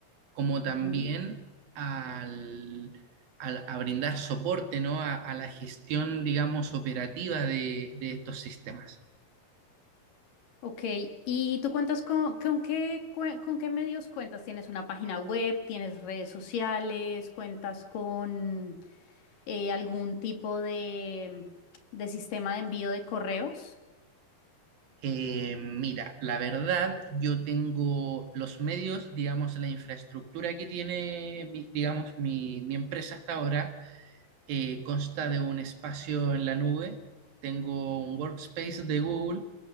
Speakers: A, on the right; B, on the left.
A: como también
B: ujú.
A: al, al- a brindar soporte, ¿no? a, a la gestión, digamos, operativa de de estos sistemas.
B: Ok, ¿y tú cuentas con, con qué, cue- con qué medios cuentas? ¿Tienes una página web? ¿Tienes redes sociales? ¿Cuentas con eh, algún tipo de, de sistema de envío de correos?
A: Eh, mira, la verdad, yo tengo los medios, digamos, la infraestructura que tiene, mi- digamos, mi, mi empresa hasta ahora, eh, consta de un espacio en la nube, tengo un workspace de Google